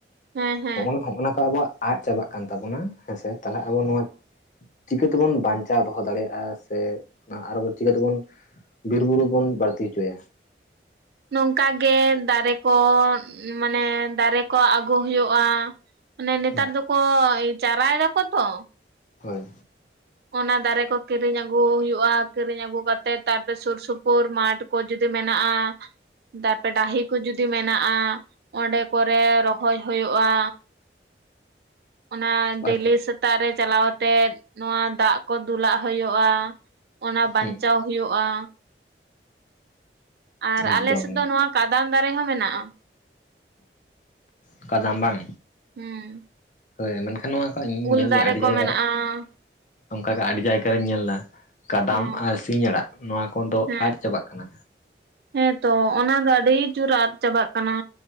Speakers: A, on the right; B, on the left.
A: ᱦᱮᱸ ᱦᱮᱸ
B: ᱦᱚᱸᱜ-ᱚᱭ ᱦᱚᱸᱜ-ᱱᱟ ᱠᱚ ᱟᱵᱚᱣᱟᱜ ᱟᱫ ᱪᱟᱵᱟᱜ ᱠᱟᱱ ᱛᱟᱵᱚᱱᱟ ᱦᱮᱸ ᱥᱮ ᱛᱟᱦᱚᱞᱮ ᱟᱵᱚ ᱱᱚᱣᱟ ᱪᱤᱠᱟᱹ ᱛᱮᱵᱚᱱ ᱵᱟᱧᱪᱟᱣ ᱫᱚᱦᱚ ᱫᱟᱲᱮᱭᱟᱜ-ᱟ ᱥᱮ ᱚᱱᱟ ᱟᱨᱦᱚᱸ ᱪᱤᱠᱟᱹ ᱛᱮ ᱵᱚᱱ ᱵᱤᱨ ᱵᱩᱨᱩ ᱵᱚᱱ ᱵᱟᱹᱲᱛᱤ ᱦᱚᱪᱚᱭᱟ
A: ᱱᱚᱝᱠᱟ ᱜᱮ ᱫᱟᱨᱮ ᱠᱚ ᱢᱟᱱᱮ ᱫᱟᱨᱮ ᱠᱚ ᱟᱹᱜᱩ ᱦᱩᱭᱩᱜᱼᱟ ᱢᱟᱱᱮ ᱱᱮᱛᱟᱨ
B: ᱦᱮᱸ
A: ᱫᱚ ᱠᱚ ᱪᱟᱨᱟ ᱮᱫᱟ ᱠᱚ ᱛᱚ
B: ᱦᱳᱭ
A: ᱚᱱᱟ ᱫᱟᱨᱮ ᱠᱚ ᱠᱤᱨᱤᱧ ᱟᱹᱜᱩ ᱦᱩᱭᱩᱜ-ᱟ ᱠᱤᱨᱤᱧ ᱟᱹᱜᱩ ᱠᱟᱛᱮ ᱛᱟᱨᱯᱚᱨ ᱥᱩᱨ ᱥᱩᱯᱩᱨ ᱢᱟᱴᱷ ᱠᱚ ᱡᱩᱫᱤ ᱢᱮᱱᱟᱜ-ᱟ ᱛᱟᱨᱯᱚᱨᱮ ᱰᱟᱦᱤ ᱠᱚ ᱡᱩᱫᱤ ᱢᱮᱱᱟᱜ-ᱟ ᱚᱸᱰᱮ ᱠᱚᱨᱮ ᱨᱚᱦᱚᱭ ᱦᱩᱭᱩᱜ-ᱟ ᱚᱱᱟ
B: ᱟᱪᱪᱷᱟ
A: ᱰᱮᱞᱤ
B: ᱟᱪᱪᱷᱟ
A: ᱥᱮᱛᱟᱜ ᱨᱮ ᱪᱟᱞᱟᱣ ᱠᱟᱛᱮ ᱱᱚᱣᱟ ᱫᱟᱜ ᱠᱚ ᱫᱩᱞᱟᱜ ᱦᱩᱭᱩᱜ-ᱟ ᱚᱱᱟ ᱵᱟᱧᱪᱟᱣ
B: ᱦᱮᱸ
A: ᱦᱩᱭᱩᱜ-ᱟ ᱟᱨ
B: ᱮᱠᱫᱚᱢ
A: ᱟᱞᱮ ᱥᱮᱫ ᱫᱚ ᱱᱚᱣᱟ ᱠᱟᱫᱟᱢ ᱫᱟᱨᱮ ᱦᱚᱸ ᱢᱮᱱᱟᱜ-ᱟ
B: ᱚᱠᱟᱫᱟᱢ ᱵᱟᱝ
A: ᱦᱩᱸ
B: ᱦᱮᱸ ᱢᱮᱱᱠᱷᱟᱱ ᱱᱚᱣᱟ ᱤᱧ
A: ᱩᱞ
B: ᱧᱮᱞ
A: ᱫᱟᱨᱮ
B: ᱫᱟ ᱟᱹᱰᱤ
A: ᱠᱚ
B: ᱡᱟᱭᱜᱟ
A: ᱢᱮᱱᱟᱜᱼᱟ
B: ᱨᱮ ᱚᱱᱠᱟ ᱜᱮ ᱟᱹᱰᱤ ᱡᱟᱭᱜᱟ ᱨᱤᱧ ᱧᱮᱞᱫᱟ ᱠᱟᱫᱟᱢ
A: ᱦᱩᱸ
B: ᱟᱨ ᱥᱤᱧ ᱟᱲᱟᱜ ᱱᱚᱣᱟ ᱠᱚᱫᱚ
A: ᱦᱮᱸ
B: ᱟᱫᱽ ᱪᱟᱵᱟᱜ ᱠᱟᱱᱟ᱾
A: ᱦᱮᱸᱛᱚ ᱚᱱᱟ ᱫᱚ ᱟᱹᱰᱤ ᱡᱩᱨ ᱟᱫᱽ ᱪᱟᱵᱟᱜ ᱠᱟᱱᱟ